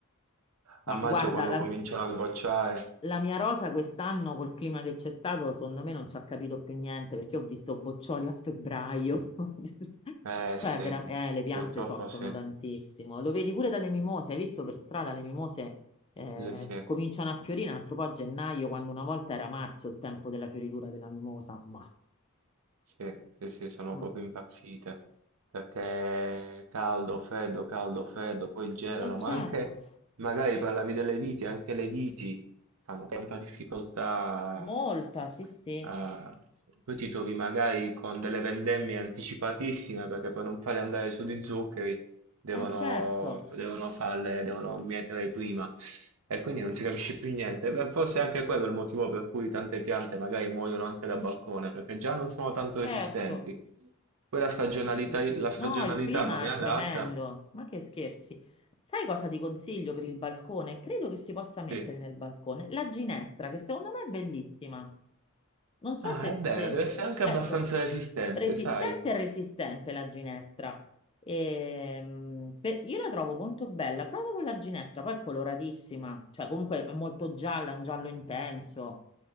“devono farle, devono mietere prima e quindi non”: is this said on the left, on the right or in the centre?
Right